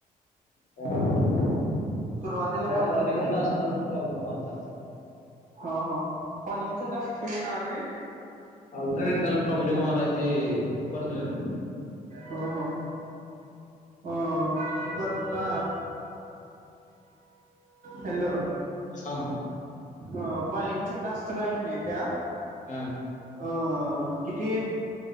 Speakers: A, on the left; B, on the right.
A: अ माझ्या
B: सुरुवातीला कॉलिंगच
A: कॉलिंगच्या
B: आहे ते
A: टास्कला पण प्रॉब्लेम आलता.
B: हो हो, कॉलिंगचा टास्क तुम्हाला आला नाही? <inaudible>
A: आलत खरं त्याला प्रॉब्लेम आलाय ते ओपनच होईना.
B: हो हो. अं परतना हॅलो.
A: <unintelligible>
B: अ कॉलिंगच्या टास्कला हाय नाय त्या
A: हां.
B: अ किती